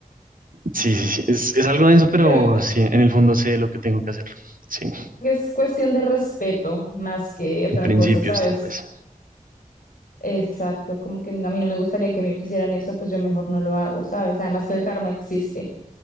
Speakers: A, on the right (about 85°); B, on the left (about 80°).
A: sí, sí, sí. Es, es algo denso, pero
B: Creo que
A: sí, en el fondo sé lo que tengo que hacer. Sí,
B: que es cuestión de respeto más que otra
A: y principios
B: cosa, ¿sabes?
A: tal vez.
B: Exacto, como que a mí no me gustaría que me hicieran eso, pues yo mejor no lo hago, ¿sabes? Además que el karma existe.